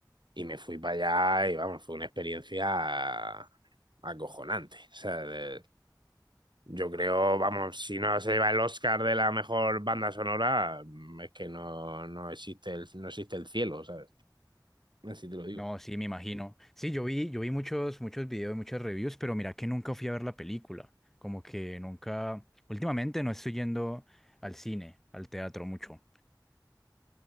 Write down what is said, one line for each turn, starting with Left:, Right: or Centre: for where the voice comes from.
Right: y me fui para allá y vamos, fue una experiencia acojonante. O sea, de- yo creo, vamos, si no se lleva el Oscar de la mejor banda sonora, mm, es que no, no existe el, no existe el cielo, ¿sabes? Así te lo digo.
Centre: No, sí, me imagino. Sí, yo vi, yo vi muchos, muchos videos, muchas reviews, pero mira que nunca fui a ver la película. Como que nunca, últimamente no estoy yendo al cine, al teatro mucho.